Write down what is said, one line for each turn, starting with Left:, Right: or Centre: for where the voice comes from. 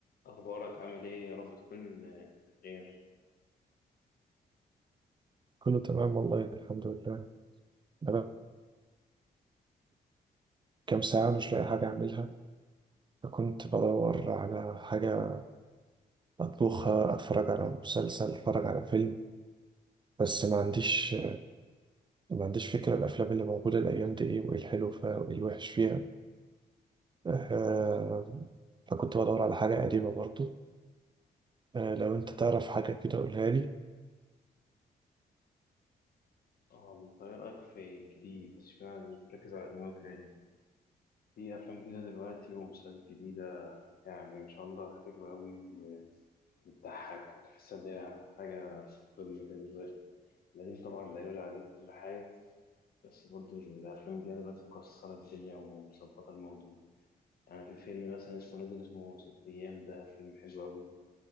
Left: أخبارك عامل إيه؟ يا رب تكون آه، بخير.
Right: كله تمام والله الحمد لله أنا كام ساعة مش لاقي حاجة أعملها فكنت بدور على حاجة أطبخها أتفرج على مسلسل أتفرج على فيلم بس ما عنديش ما عنديش فكرة الأفلام اللي موجودة الأيام دي إيه وإيه الحلو فيها وإيه الوحش فيها آه، فكنت بدور على حاجة قديمة برضو آه، لو أنت تعرف حاجة كده قولها لي
Left: آه، أنت إيه رأيك في الجديد؟ اشمعنى بتركز على الأنمي والكوري؟ في أفلام جديدة دلوقتي ومسلسلات جديدة يعني ما شاء الله حلوة أوي وبتضحك وتحس إن هي حاجة في قمة كده دلوقتي. القديم طبعا لا يعلى عليه كل حاجة بس برضه الأفلام الجديدة دلوقتي مكسرة الدنيا ومظبطة الموضوع. يعني في فيلم مثلا اسمه نازل اسمه ست أيام ده فيلم حلو أوي